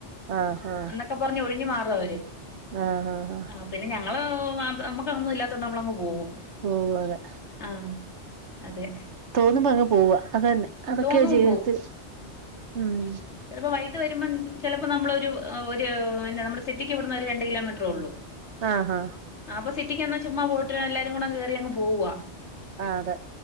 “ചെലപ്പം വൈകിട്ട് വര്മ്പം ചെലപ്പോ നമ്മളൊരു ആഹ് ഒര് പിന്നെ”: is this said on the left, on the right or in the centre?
Left